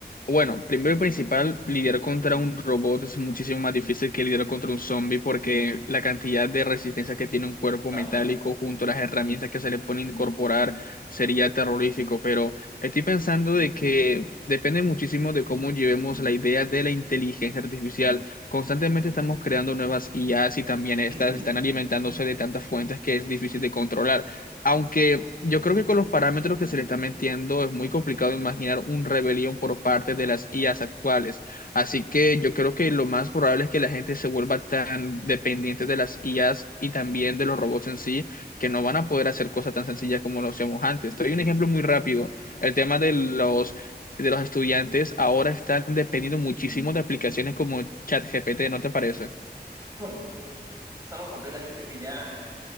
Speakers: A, on the left; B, on the right.
A: bueno, primero y principal, lidiar contra un robot es muchísimo más difícil que lidiar contra un zombie porque la cantidad de resistencia que tiene un cuerpo
B: Claro.
A: metálico junto a las herramientas que se le pueden incorporar sería terrorífico, pero estoy pensando de que depende muchísimo de cómo llevemos la idea de la inteligencia artificial. Constantemente estamos creando nuevas IAs y también estas
B: Ujú.
A: están alimentándose de tantas fuentes que es difícil de controlar. Aunque yo creo que con los parámetros que se le están metiendo es muy complicado imaginar un rebelión por parte de las IAs actuales. Así que yo creo que lo más probable es que la gente se vuelva tan dependiente de las IAs y también de los robots en sí, que no van a poder hacer cosas tan sencillas como lo hacíamos antes. Te doy un ejemplo muy rápido. El tema de los, de los estudiantes ahora están dependiendo muchísimo de aplicaciones como ChatGPT, ¿no te parece?
B: No, es algo completamente que ya...